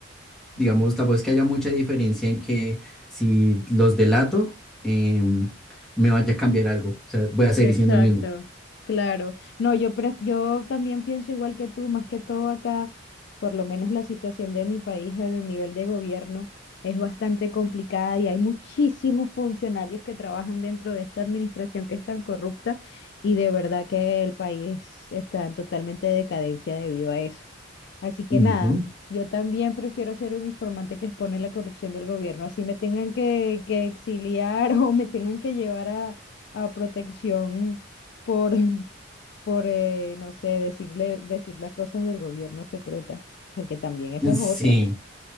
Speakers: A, in the centre; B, on the left.
A: digamos,
B: Mm.
A: tampoco es que haya mucha diferencia en que si los delato, em, me vaya a cambiar algo, o sea, voy a seguir
B: Exacto,
A: siendo el mismo.
B: claro. No, yo, pref- yo también pienso igual que tú, más que todo acá, por lo menos la situación de mi país en el nivel de gobierno es bastante complicada y hay muchísimos funcionarios que trabajan dentro de esta administración que es tan corrupta y de verdad que el país está en totalmente decadencia debido a eso. Así que
A: Ujú.
B: nada, yo también prefiero ser un informante que expone la corrupción del gobierno, así me tengan que, que exiliar <laughs> o me tengan que llevar a a protección por, <laughs> por eh, no sé, decirle, decir las cosas del gobierno secretas, porque también esa es
A: Sí,
B: otra.